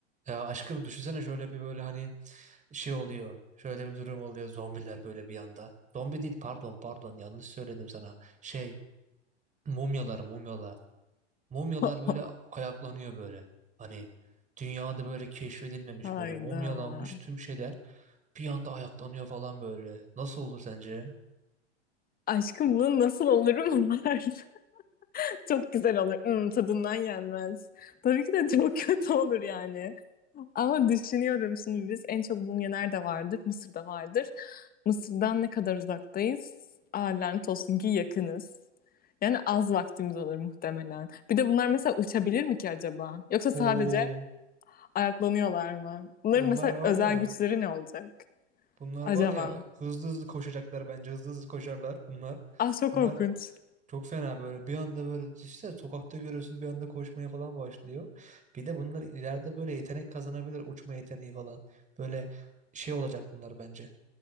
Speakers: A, on the right; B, on the left.
A: Ya aşkım düşünsene şöyle bir böyle hani şey oluyor. Şöyle bir durum oluyor. Zombiler böyle bir anda. Zombi değil pardon pardon yanlış söyledim sana. Şey mumyalar mumyalar. Mumyalar
B: <laughs>
A: böyle ayaklanıyor böyle. Hani dünyada böyle keşfedilmemiş
B: Hayda.
A: böyle mumyalanmış tüm şeyler bir anda ayaklanıyor falan böyle. Nasıl olur sence?
B: Aşkım bunu nasıl olurum var? <laughs> Çok güzel olur. Hmm, tadından yenmez. Tabii ki de çok <laughs> kötü olur yani. Ama düşünüyorum şimdi biz en çok mum nerede vardır? Mısır'da vardır. Mısır'dan ne kadar uzaktayız? Aa, lanet olsun ki yakınız. Yani az vaktimiz olur muhtemelen. Bir de bunlar mesela uçabilir mi ki acaba? Yoksa sadece
A: Oo,
B: ayaklanıyorlar mı? Bunların
A: bunlar
B: mesela
A: var
B: özel
A: ya.
B: güçleri ne olacak
A: Bunlar
B: acaba?
A: var ya hızlı hızlı koşacaklar bence. Hızlı hızlı koşarlar bunlar.
B: Ah çok
A: Bunlar
B: korkunç.
A: Çok fena böyle bir anda böyle işte sokakta görüyorsun bir anda koşmaya falan başlıyor. Bir de bunlar ileride böyle yetenek kazanabilir uçma yeteneği falan. Böyle şey olacak bunlar bence.